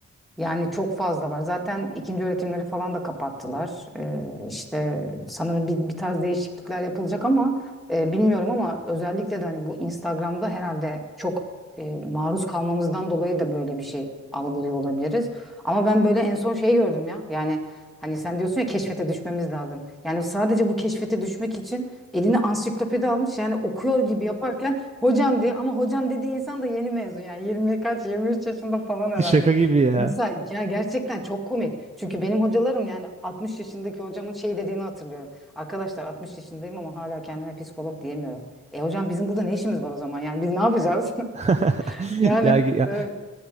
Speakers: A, in the centre; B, on the right (about 25°).
A: Yani çok fazla var. Zaten ikinci öğretimleri falan da kapattılar. Ee, işte sanırım bir, bir tarz değişiklikler yapılacak ama e, bilmiyorum ama özellikle de hani bu Instagram'da herhalde çok e, maruz kalmamızdan dolayı da böyle bir şey algılıyor olabiliriz. Ama ben böyle en son şey gördüm ya. Yani hani sen diyorsun ya keşfete düşmemiz lazım. Yani sadece bu keşfete düşmek için eline ansiklopedi almış yani okuyor gibi yaparken hocam diye ama hocam dediği insan da yeni mezun yani 20 kaç 23 yaşında falan herhalde.
B: Şaka gibi ya.
A: Mesela ya gerçekten çok komik. Çünkü benim hocalarım yani 60 yaşındaki hocamın şey dediğini hatırlıyorum. Arkadaşlar 60 yaşındayım ama hala kendime psikolog diyemiyorum. E hocam bizim burada ne işimiz var o zaman? Yani biz ne yapacağız?
B: <laughs>
A: <laughs> Yani
B: Ya, ya
A: e,